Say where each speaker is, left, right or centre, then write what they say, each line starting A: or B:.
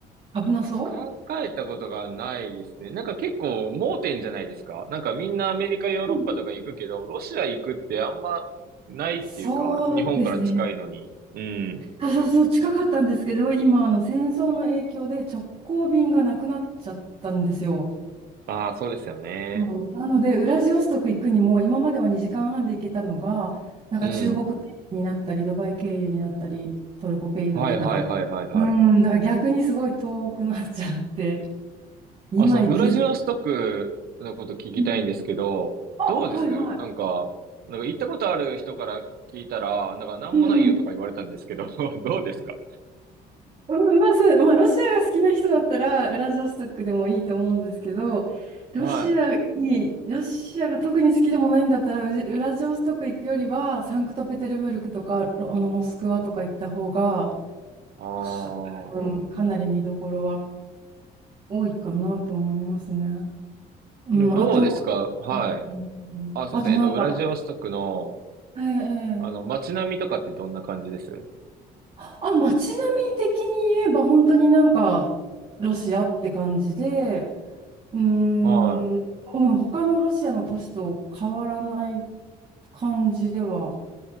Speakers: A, on the right; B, on the right.
A: 危なそ
B: 考えたことがないですね。なんか結構盲点じゃないですか。なんかみんなアメリカ、ヨーロッパとか行くけど、
A: ううん
B: ロシア行くってあんまないっていうか、
A: そうですね。
B: 日本から近いのに。うん。
A: そうそうそう、近かったんですけど、今、あの戦争の影響で直行便がなくなっちゃったんですよ。
B: ああ、そうですよね。
A: そうなので、ウラジオストク行くにも、今までは2時間半で行けたのが、なんか中国経由になったり、
B: うん。
A: ドバイ経由になったり、トルコ経由になったり、
B: はいはいはいはいはい。
A: なんか、うん、だから逆にすごい遠くなっちゃって、今行きづ
B: あ、その、ウラジオストクのこと聞きたいんですけど、
A: うんあ、
B: どうですなんか、
A: はいはい。
B: なんか行ったことある人から聞いたら、なんかなんもないよとか言われたんですけど、
A: うんうん。
B: <laughs> どうですか
A: うん、まあそう、まあロシアが好きな人だったら、ウラジオストクでもいいと思うんですけど、ロシアに、
B: はい。
A: ロシアが特に好きでもないんだったら、ウウラジオストク行くよりは、サンクトペテルブルクとか、ロあのモスクワとか行った方が、
B: ああ。
A: か、うん、かなり見どころは多いかなと思いますね。うん、
B: どうですかはい。
A: あと、うんあとなんか、
B: あ、すいません。えっと、ウラジオストクの、
A: ええええ
B: あの、街並みとかってどんな感じです
A: あ、街並み的に言えば本当になんかロシアって感じで、うーん、
B: は
A: うん、他のロシアの都市と変わらない感じでは